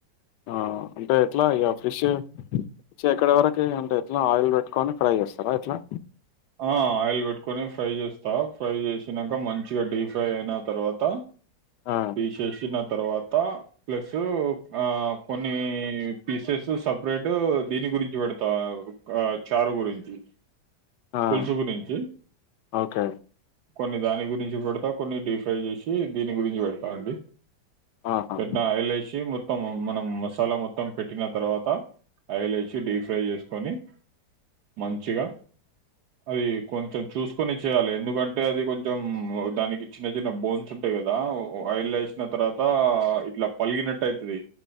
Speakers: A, on the left; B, on the right.
A: ఆ అంటే ఎట్లా ఇగా ఫ్రెష్ చే ఎక్కడ వరకి అంటే ఆయిల్ పెట్టుకొని ఫ్రై చేస్తారా ఎట్లా.
B: ఆ ఆయిల్ పెట్టుకొని ఫ్రై చేస్తా ఫ్రై చేసినంక మంచిగా డీ ఫ్రై అయిన తర్వాత.
A: ఆ
B: పిశేషి నత్ తర్వాత ప్లస్ ఆ కొన్నీ పీసెస్ సప్ ప్రేట్ దీని గురించి పెడుత ఆ ఒక చారు గురించి.
A: ఆ
B: పులుసు గురించి
A: ఓకే.
B: కొన్ని దాని గురించి పెడతా కొన్ని డీఫ్రై చేసి దీని గురించి పెడతాండి
A: ఆహా
B: పెట్టిన ఆయిల్ వేసి మొత్తం మనం మసాలా మొ మొత్తం పెట్టిన తర్వాత అయలేసి డీప్ ఫ్రై చేసుకొని మంచిగా అది కొంచెం చూసుకొని చేయాలే ఎందుకంటే అది కొంచెం దానికి చిన్న చిన్న బోన్స్ ఉంటాయి కదా ఆయిల్ల వేసిన తర్వాత ఇట్లా పలిగినట్టు అయితది